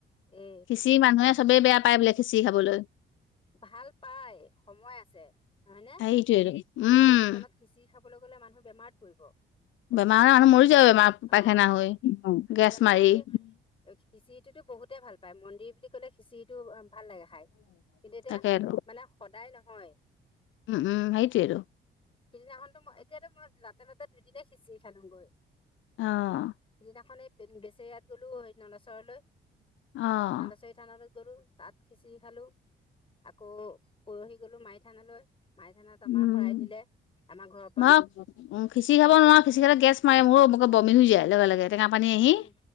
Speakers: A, on the left; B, on the left.
A: এ
B: খিচিৰি মানুহে চবেই বেয়া পায় বোলে খিচিৰি খাবলৈ।
A: ভাল পাই, সময় আছে হয়নে?
B: সেইটোৱেটো উম
A: এই ৰ'দখনত খিচিৰি খাবলে গ'লে মানুহ বেমাৰত পৰিব।
B: বেমাৰ হৈ মানুহ মৰি যাব। বেমাৰ পাইখানা
A: অ
B: হৈ
A: এতিয়া
B: গেছ
A: মানে
B: মাৰি
A: কি খিচিৰিটোতো বহুতে ভাল পায় মন্দিৰ বুলি ক'লে খিচিৰিটো ভাল লাগে খাই। কিন্তু এতিয়া
B: তাকেতো
A: মানে সদায় নহয়।
B: উম উম সেইটোৱেটো।
A: সিদিনাখনতো মই এতিয়াতো মই লাতে লাতে দুদিনে খিচিৰা খালোংগৈ।
B: অ'
A: সিদিনাখনে বেচেয়াত গ'লো নলচৰলৈ।
B: অ',
A: নলচৰিত থানলৈ গ'লো তাত খিচিৰি খালো। আকৌ পৰহি গ'লো মাই থানলৈ মাই থানত
B: উম,
A: আমাৰ শৰাই দিলে আমাৰ ঘৰৰ পৰা।
B: মই উম খিচিৰি খাব নোৱাৰা। খিচিৰি খালে গেছ মাৰে মোৰো বমি হৈ যায় লগে লগে টেঙা পানী আহি।
A: উম